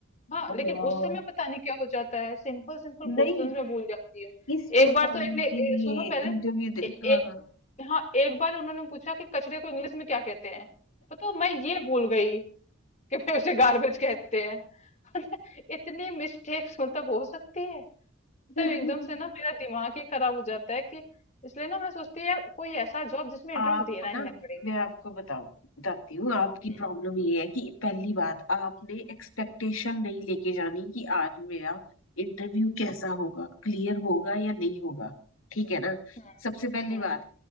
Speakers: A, on the left; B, on the left.
A: हाँ
B: हाँ
A: लेकिन उस समय पता नहीं क्या हो जाता है सिंपल सिंपल क्वेश्चंस
B: नहीं
A: में भूल जाती हूँ
B: किस प्रोफाइल
A: एक बार तो एक ने ए,
B: के लिए
A: सुनो पहले
B: इंटरव्यू
A: ए,
B: दे
A: एक
B: हाँ
A: हाँ एक बार उन्होंने पूछा कि कचरे को इंग्लिश में क्या कहते हैं बताओ मैं ये भूल गई कि मैं उसे गार्बेज कहते हैं <laughs> इतनी मिस्टेक्स मतलब हो सकती है मतलब
B: हाँ।
A: एकदम
B: <laughs>
A: से ना मेरा दिमाग ही खराब हो जाता है कि इसलिए ना मैं सोचती हूँ यार कोई ऐसा जॉब जिसमें इंटरव्यू
B: आप
A: देना ही
B: ना
A: ना पड़े
B: मैं आपको बताऊं बताती हूँ आपकी
A: हम्म
B: प्रॉब्लम ये है कि पहली बात आपने एक्सपेक्टेशन नहीं लेके जानी कि आज मेरा इंटरव्यू कैसा होगा क्लियर होगा या नहीं होगा ठीक है ना
A: हम्म
B: सबसे पहली
A: हम्म,
B: बात